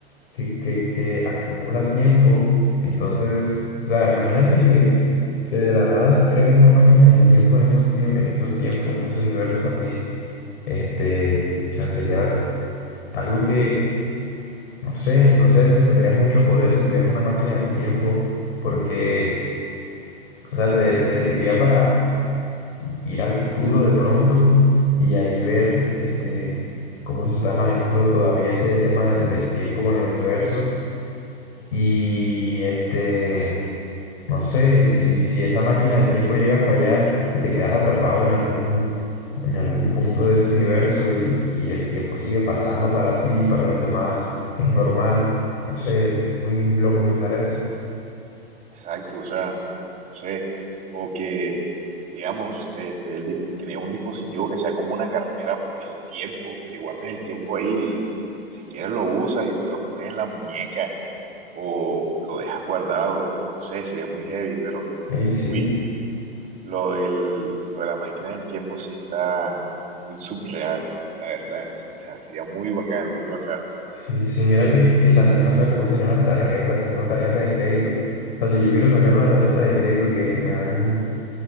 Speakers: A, on the left; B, on the right.
A: que, que, que acumula tiempo. Entonces, o sea, imagínate que, que de la nada creen una máquina del tiempo en esos tiempos, en esos tiempos, en ese universo también. Este, o sea, sería algo que, no sé, no sé si tendrías mucho poder si tuvieras una máquina del tiempo, porque, o sea, te, te serviría para ir al futuro de pronto y ahí ver, este, cómo se está manejando todavía ese tema del del tiempo con el universo Y este, no sé, si, si esa máquina del tiempo llega a fallar y te quedas atrapado en algún, en algún punto de ese universo y, y el tiempo sigue pasando para ti y para los demás, es normal. No sé, es muy, muy loco pensar eso.
B: Exacto, o sea, no sé, o que, digamos, este, el di- crea un dispositivo que sea como una cartera del tiempo, que guardes el tiempo ahí, y si quieres lo usas y te lo pones en la muñeca o lo dejas guardado, no sé, sería muy heavy, pero,
A: Ey, sí,
B: uy, lo del, lo de la máquina del tiempo sí está muy subreal, la verdad, sí, o sea, sería muy bacano, muy bacano.
A: sí, sí, mira que, que también, o sea, cómo serían las tarjetas, una tarjeta de crédito. O sea, si yo quiero sacar una tarjeta de crédito que me dan,